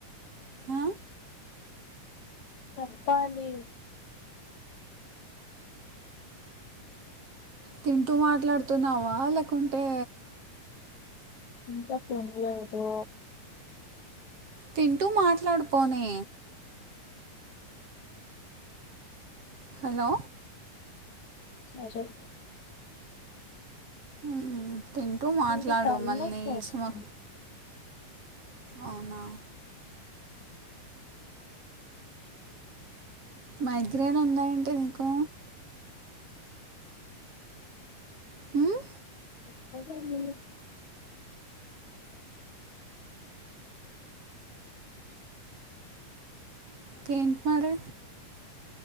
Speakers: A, on the right (about 45°); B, on the left (about 60°).
A: ఆ
B: చెప్పాలి
A: తింటూ మాట్లాడుతున్నావా లేకుంటే
B: ఇంక తినలేదు
A: తింటూ మాట్లాడు పోనీ హలో
B: అజయ్
A: మ్ తింటూ మాట్లాడు
B: ఇంకా తలనొప్పి
A: మళ్ళీ ఇస్డ్మా
B: వస్తుంది
A: అవునా మైగ్రైన్ ఉందా ఏంటి నీకు మ్మ్?
B: <unintelligible>
A: కేంటి మరి